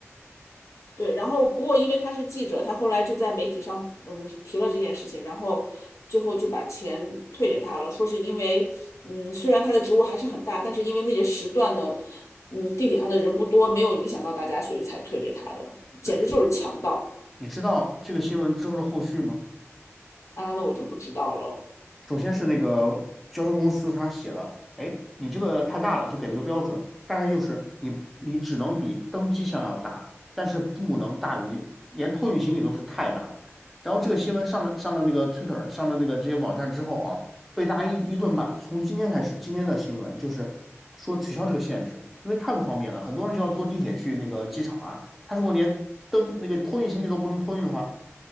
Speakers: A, on the left; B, in the centre.
A: 对，然后不过因为他是记者，他后来就在媒体上嗯提了这件事情，然后最后就把钱退给他了，说是因为嗯虽然他的职务还是很大，但是因为那些时段呢，嗯地铁上的人不多，没有影响到大家，所以才退给他的，简直就是强盗
B: 对，你知道这个新闻之后的后续吗？
A: 啊！那我就不知道了。
B: 首先是那个交通公司，他写了，哎，你这个太大了，就给了个标准，大概就是你你只能比登机箱要大，但是不能大于，连托运行李都是太大了。然后这个新闻上了上了那个 Twitter 上了那个这些网站之后啊，被大家一一顿骂。从今天开始，今天的新闻就是说取消这个限制，因为太不方便了，很多人就要坐地铁去那个机场啊。他如果连登那个托运行李都不能托运的话，